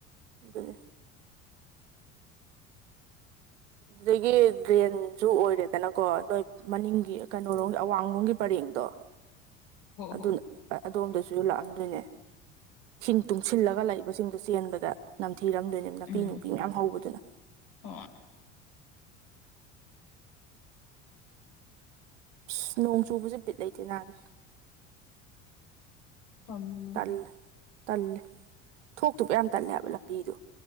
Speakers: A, on the right; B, on the left.
A: ꯑꯗꯨꯅꯦ ꯑꯗꯨꯗꯒꯤ ꯒ꯭ꯔꯦꯟꯁꯨ ꯑꯣꯏꯔꯦꯗꯅꯀꯣ ꯅꯣꯏ ꯃꯅꯤꯡꯒꯤ ꯀꯩꯅꯣꯔꯣꯝꯒꯤ ꯑꯋꯥꯡꯂꯣꯝꯒꯤ ꯄꯔꯦꯡꯗꯣ ꯑꯗꯨꯅ
B: ꯍꯣꯏ
A: ꯑꯗꯣꯝꯗꯁꯨ ꯂꯥꯛꯑꯝꯗꯣꯏꯅꯦ ꯏꯁꯤꯡ ꯇꯨꯡꯁꯤꯜꯂꯒ ꯂꯩꯏꯕꯁꯤꯡꯗꯣ ꯆꯦꯟꯕꯗ ꯅꯝꯊꯤꯔꯝꯗꯣꯏꯅꯦꯕ ꯅꯥꯄꯤ
B: ꯎꯝ
A: ꯅꯨꯄꯤ ꯃꯌꯥꯝ ꯍꯧꯕꯗꯨꯅ
B: ꯍꯣꯏ
A: ꯏꯁ ꯅꯣꯡ ꯆꯨꯕꯁꯦ ꯕꯤꯠ ꯂꯩꯇꯦ ꯅꯥꯕꯤ
B: ꯇꯜꯂꯤ
A: ꯇꯜꯂꯦ ꯇꯜꯂꯦ ꯊꯣꯛꯇꯨꯄ ꯌꯥꯝ ꯇꯜꯂꯦ ꯍꯥꯏꯕ ꯂꯝꯕꯤꯗꯣ